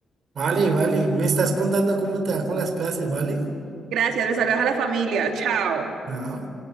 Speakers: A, on the right; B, on the right.
A: Vale, vale, me estás contando cómo te va con las clases, ¿vale?
B: Gracias, me saludas a la familia. Chao.
A: Chao.